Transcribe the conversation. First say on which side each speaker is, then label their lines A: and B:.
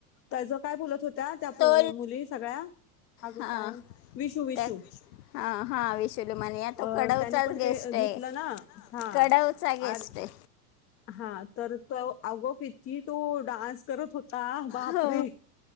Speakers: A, on the left; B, on the left.
A: त्याच काय बोलत होत. त्या त्या
B: तो
A: मुली सगळ्या अग
B: हा
A: काय विशू विशू
B: त्या हा हा विशुलू म्हणे तो
A: अ
B: कडवचाच
A: त्यांनी पण
B: गेस्ट
A: ते घेतलं
B: आहे
A: ना हा.
B: कडवचा गेस्ट
A: आर
B: आहे.
A: हा तर तो अगं किती तो डान्स करत होतो. का बापरे
B: हो